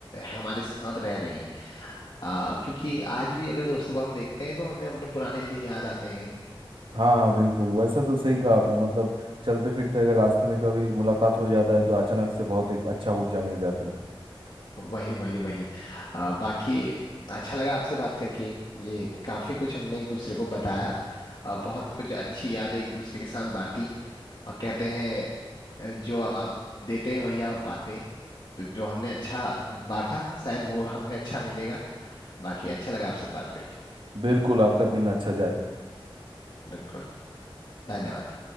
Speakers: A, on the left; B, on the right.
A: हमारे साथ रह रहे हैं आ, क्योंकि आज भी अगर दोस्तों को हम देखते हैं तो हमें अपने पुराने दिन याद आते हैं
B: हाँ हाँ बिल्कुल वैसा तो सही कहा आपने मतलब चलते फिरते अगर रास्ते में कभी मुलाकात हो जाता है तो अचानक से बहुत एक अच्छा ऊर्जा मिल जाता है
A: वही वही वही आ, बाकी अच्छा लगा आपसे बात करके ये काफी कुछ हमने एक दूसरे को बताया आ, बहुत कुछ अच्छी यादें एक दूसरे के साथ बांटी और कहते हैं अ, जो आप देते हैं वही आप पाते हैं तो जो हमने अच्छा बांटा शायद वो हमें अच्छा मिलेगा बाकी अच्छा लगा आपसे बात करके
B: बिल्कुल आपका दिन अच्छा जाए
A: बिल्कुल धन्यवाद